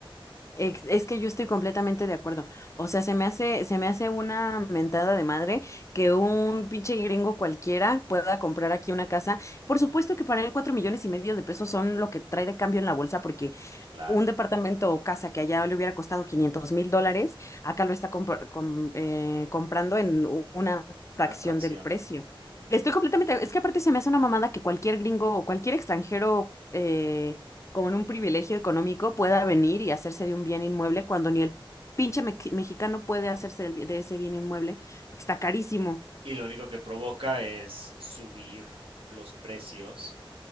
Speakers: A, on the left (about 35°); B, on the right (about 80°).
A: Ex- Es que yo estoy completamente de acuerdo. O sea, se me hace, se me hace una mentada de madre que un pinche gringo cualquiera pueda comprar aquí una casa. Por supuesto que para él cuatro millones y medio de pesos son lo que trae de cambio en la bolsa, porque
B: claro,
A: un departamento o casa que allá le hubiera costado quinientos mil dólares, acá lo está compra- com- eh, comprando en u- una
B: una
A: fracción
B: fracción.
A: del precio.
B: Ujú.
A: Estoy completamente, es que aparte se me hace una mamada que cualquier gringo o cualquier extranjero eh, con un privilegio económico pueda venir y hacerse de un bien inmueble cuando ni el pinche me- mexicano puede hacerse del bi- de ese bien inmueble porque está carísimo.
B: Y lo único que provoca es subir los precios